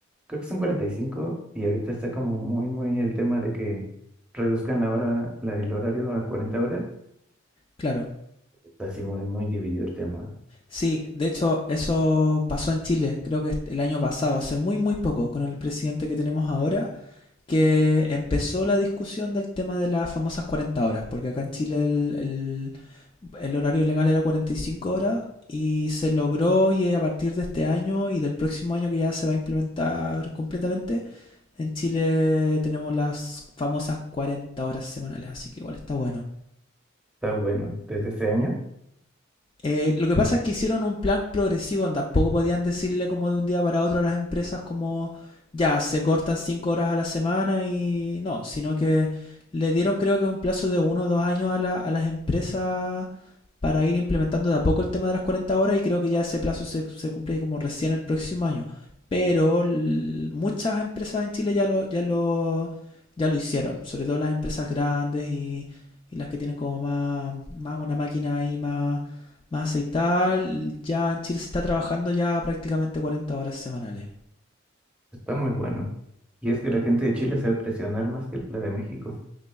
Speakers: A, in the centre; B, on the left.
A: creo que son cuarenta y cinco y ahorita está como muy, muy el tema de que reduzcan la hora, la, el horario a 40 horas.
B: Claro.
A: Está así muy, muy dividido el tema.
B: Sí, de hecho, eso pasó en Chile, creo que el año pasado, hace muy, muy poco, con el presidente que tenemos ahora, que empezó la discusión del tema de las famosas 40 horas, porque acá en Chile el, el- el horario legal era 45 horas y se logró y a partir de este año y del próximo año que ya se va a implementar completamente, en Chile tenemos las famosas 40 horas semanales, así que igual está bueno.
A: Está bueno, desde este año
B: Eh, lo que pasa es que hicieron un plan progresivo, tampoco podían decirle como de un día para otro a las empresas como ya se cortan cinco horas a la semana y no, sino que le dieron creo que un plazo de uno o dos años a, la- a las empresas para ir implementando de a poco el tema de las 40 horas y creo que ya ese plazo se, se cumple como recién el próximo año. Pero muchas empresas en Chile ya lo, ya lo, ya lo hicieron, sobre todo las empresas grandes y, y las que tienen como más, más una máquina ahí más más aceitada, ya en Chile se está trabajando ya prácticamente 40 horas semanales.
A: está muy bueno. Y es que la gente de Chile sabe presionar más que la de México.